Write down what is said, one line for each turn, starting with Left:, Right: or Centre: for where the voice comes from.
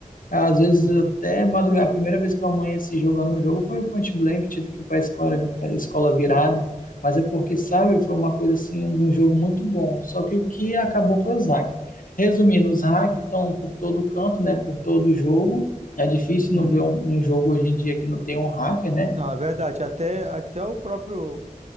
Left: Às vezes
Right: Uhum.
Left: até madrugar. A primeira vez que eu amanheci jogando um jogo foi o Point Blank, tive que ir para a escola, a escola virado. Mas é porque, sabe, foi uma coisa assim, de um jogo muito bom. Só que o que acabou foi os hacks. Resumindo, os hacks estão por todo canto, né? Por todo jogo. É difícil
Right: Uhum.
Left: não ver um, um jogo hoje em dia que não tem um hacker, né?
Right: Não, é verdade. Até, até o próprio,